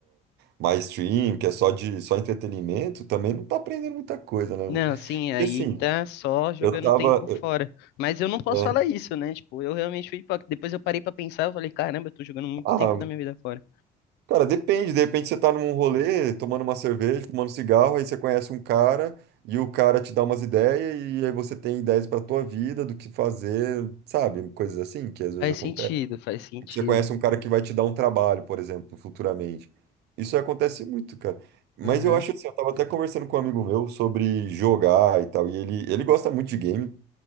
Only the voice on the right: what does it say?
mais stream, que é só de só entretenimento, também não tá aprendendo muita coisa, né,
mano?
E assim,
eu tava.
eu-
é,
ah,
cara, depende, de repente você tá num rolê, tomando uma cerveja, fumando cigarro, aí você conhece um cara e o cara te dá umas ideias, e aí você tem ideias pra tua vida, do que fazer, sabe? Coisas assim que às vezes
acontecem.
que Você conhece um cara que vai te dar um trabalho, por exemplo, futuramente. Isso acontece muito, cara. Mas
eu acho assim, eu tava até conversando com um amigo meu sobre jogar e tal, e ele, ele gosta muito de game.